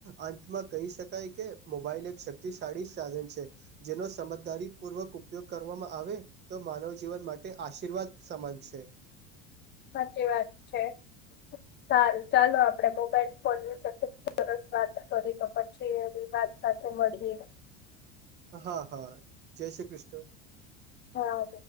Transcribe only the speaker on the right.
અંતમાં કહી શકાય કે મોબાઈલ એક શક્તિશાળી સાધન છે જેનો સમજદારી પૂર્વક ઉપયોગ કરવામાં આવે તો માનવ જીવન માટે આશીર્વાદ સમાન છે
હા હા જય શ્રી કૃષ્ણ